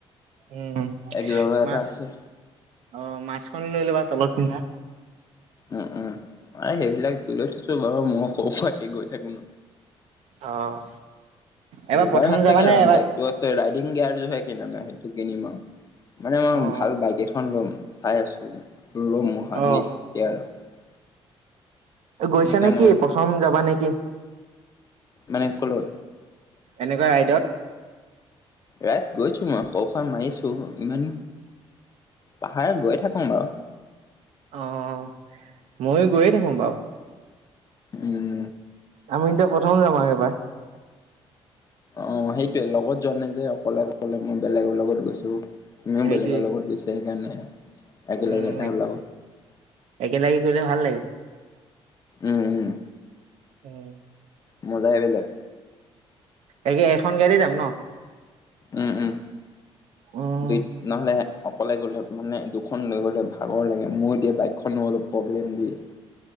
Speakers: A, on the right (about 75°); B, on the left (about 35°).
A: উম।
B: একজৰা
A: মাস্ক
B: এটা আছে
A: অ মাছখন লৈ ল'বা তলত পিন্ধা
B: উম উম অ সেইবিলাক ত লৈ থৈছু মই সৌফাকে গৈ থাকো ন
A: অ', এবাৰ
B: যোগাৰ
A: প্ৰথম
B: আছে
A: যাবা
B: কেইটামান
A: নে এবাৰ
B: বেগতটো আছে ৰাই গাৰ জোহে কেনা নাই সেইটো কিনিম আৰু মানে মই
A: অ',
B: ভাল বাইক এখন লম। চাই আছো। লম <unintelligible>
A: অ', গৈছা
B: সেইকাৰণে
A: নেকি প্ৰথম যাবা নেকি?
B: মানে কলৈ?
A: এনেকুৱা ৰাইডত?
B: ৰাইড গৈছো মই <unintelligible> মাৰিছো ইমান পাহাৰত গৈ থাকো বাৰু।
A: অ' ময়ো গৈয়ে থাকো বাৰু।
B: উম।
A: আমি এতিয়া প্ৰথম যাম আৰু এইবাৰ।
B: অ' সেইটোৱে লগত যোৱা নাই যে অকলে অকলে মই বেলেগৰ লগত গৈছো। তুমিও
A: সেইটোৱে
B: বেলেগৰ লগত গৈছা সেইকাৰণে। একেলগে
A: উম
B: এটা ওলাব
A: একেলগে গলে ভাল লাগে।
B: উম উম।
A: উম।
B: মজা আহিব বেলেগ।
A: একে এখন গাড়ীতে যাম ন?
B: উম উম।
A: উম।
B: দু নহলে অকলে গ'লে মানে দুখন লৈ গ'লে ভাগৰ লাগে মোৰ এতিয়া বাইকখনো অলপ প্ৰব্লেম দি আছে।